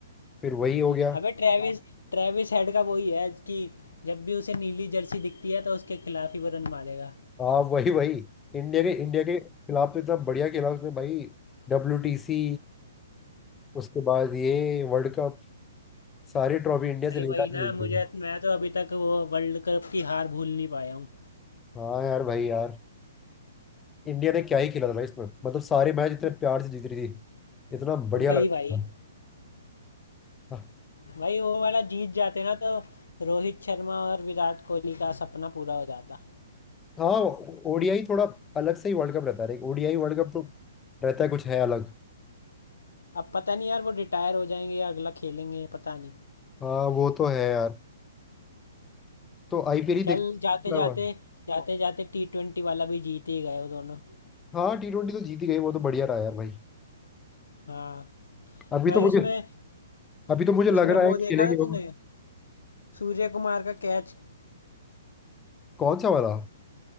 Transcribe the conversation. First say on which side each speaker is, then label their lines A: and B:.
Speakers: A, on the left; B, on the left.
A: फिर वही हो गया
B: अबे ट्रेविस ट्रेविस हेड का वही है कि जब भी उसे नीली जर्सी दिखती है तो उसके खिलाफ ही वो रन मारेगा
A: हाँ वही वही इंडिया के इंडिया के खिलाफ तो इतना बढ़िया खेला उसने भाई डब्ल्यूटीसी उसके बाद ये वर्ल्ड कप सारी ट्रॉफी इंडिया
B: भाई
A: से लेकर
B: वही ना
A: आया
B: मुझे
A: है।
B: मैं तो अभी तक वो वर्ल्ड कप की हार भूल नहीं पाया हूँ
A: हाँ यार भाई यार इंडिया ने क्या ही खेला था भाई इसमें मतलब सारे मैच इतने प्यार से जीत रही थी इतना बढ़िया
B: वही
A: लग
B: भाई
A: रहा था
B: भाई वो वाला जीत जाते ना तो रोहित शर्मा और विराट कोहली का सपना पूरा हो जाता
A: हाँ ओडीआई थोड़ा अलग से ही वर्ल्ड कप रहता है ओडीआई वर्ल्ड कप तो रहता है कुछ है अलग
B: अब पता नहीं यार वो रिटायर हो जाएंगे या अगला खेलेंगे पता नहीं
A: हाँ वो तो है यार तो आईपीएल ही देख
B: चल
A: क्या
B: जाते जाते
A: हुआ।
B: जाते जाते टी ट्वेंटी वाला भी जीत ही गए वो दोनों
A: हाँ टी ट्वेंटी तो जीत ही गई वो तो बढ़िया रहा यार भाई
B: हाँ
A: अभी
B: भाई
A: तो मुझे
B: उसमें
A: अभी तो मुझे लग
B: उसमें
A: रहा
B: वो
A: है
B: देखा
A: खेलेंगे
B: था
A: वो।
B: तूने सूर्य कुमार का कैच
A: कौन सा वाला